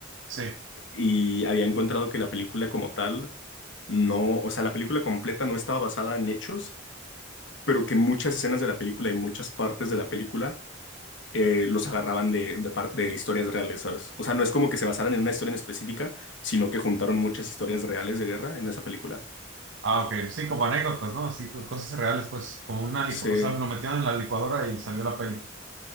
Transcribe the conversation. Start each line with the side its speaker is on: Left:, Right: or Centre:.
Right: sí.
Left: Y había encontrado que la película como tal no, o sea, la película completa no estaba basada en hechos, pero que muchas escenas de la película y muchas partes de la película eh, los agarraban de, de, par- de historias reales, ¿sabes? O sea, no es como que se basaran en una historia en específica, sino que juntaron muchas historias reales de guerra en esa película.
Right: Ah, ok. Sí, como anécdotas, ¿no? Así, co- cosas reales, pues, como una licu...
Left: Sí,
Right: O sea, lo metieron en la licuadora y salió la peli.